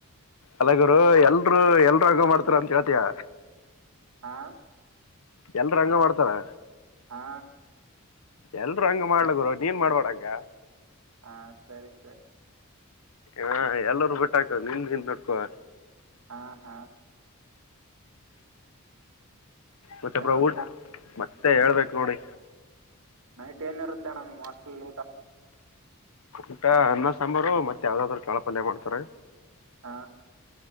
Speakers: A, on the left; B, on the right.
A: ಅಲ್ಲ ಗುರು ಎಲ್ರು ಎಲ್ರಗ ಮಾಡ್ತಾರ ಅಂತ ಹೇಳ್ತಿಯಾ
B: ಹಾ
A: ಯಲ್ರು ಹಂಗ ಮಾಡ್ತಾರಾ
B: ಹಾ
A: ಎಲ್ರು ಹಂಗ ಮಾಡ್ಲಗರು ನೀನ್ ಮಾಡ್ಬಡ ಹಂಗ
B: ಹಾ ಸರಿ ಸರಿ
A: ಹಾ ಎಲ್ಲರೂ ಬಿಟ್ಟಾಕ ನಿನ್ ನಿಿಂದ ನೋಡ್ಕೋ
B: ಹಾ ಹಾ ಮತ್ತೆ
A: ಮತ್ತೆಬ್್ರ
B: ಅಣ್ಣ
A: ಊಟ್ ಮತ್ತೆ ಹೇಳ್ಬೇಕು ನೋಡಿ
B: ನೈಟ್ ಏನ ಇರುತ್ತೆ ನ್ಣ ನಿ್ ಹಾಸ್ಟೆಲ್ ಊಟ
A: ಊಟ ಅನ್ನ ಸಾಂಬಾರು ಮತ್ತ ಯಾವ್ದಾದ್ರರು ಕಾಳಪಲ್ಯ ಮಾಡ್ತಾರೆ
B: ಹಾ